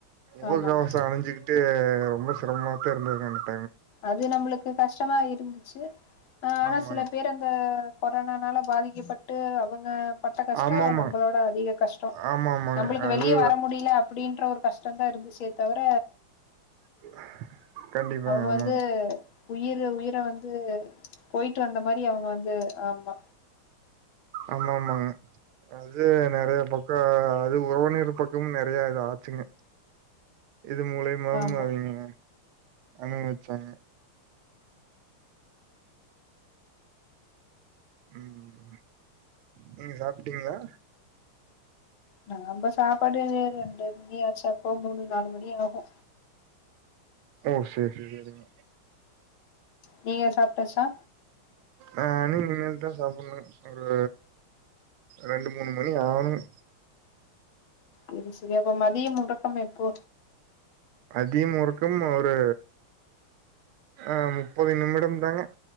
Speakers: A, on the right; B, on the left.
A: முக
B: ஆமா
A: கவசோ
B: ஆமா
A: அணிஞ்சுகிட்டு ரொம்ப சிரமா தான் இருந்துருக்காங்க
B: அது நம்ளுக்கு கஷ்டமா இருந்துச்சு அ ஆனா
A: ஆமாங்க
B: சில பேர் அந்த கொரனானால பாதிக்கப்பட்டு அவங்க பட்ட கஷ்டொ
A: ஆமாமா
B: நம்பளோட அதிக கஷ்டம்
A: ஆமா ஆமாங்க
B: நம்புளுக்கு
A: அது
B: வெளிய வர முடில அப்டின்ற ஒரு கஷ்டம் தா இருந்துச்சு யே தவர
A: <inaudible>
B: அவுங்க
A: ஆமாங்க.
B: வந்து உயிரு உயிர வந்து போயிட்டு வந்த மாரி அவங்க வந்து ஆமா
A: ஆமாமாங்க அது நறைய பக்க அது உறவினர் பக்கமு நறைய இது ஆச்சுங்க இது மூலியமாவு
B: ஆமா
A: அவிங்க அனுபவிச்சாங்க ம் நீங் சாப்ட்டீங்கலா
B: நாம்ப சாப்பாடு ரெண்டு மணியாச்சா அப்போ மூணு நாலு மணி ஆகு
A: ஓ சேர் சேரி செரிங்க
B: நீங்க சாப்ட்டாச்சா
A: ஆஹ் இனிமேல் தா சாப்பணு ஒரு ரெண்டு மூணு மணி ஆணும்
B: சரி சரி அப்போ மதிய முடக்கம் எப்போ
A: அதி முறுக்கும் ஒரு ஆ முப்பது நிமிடம் தாங்க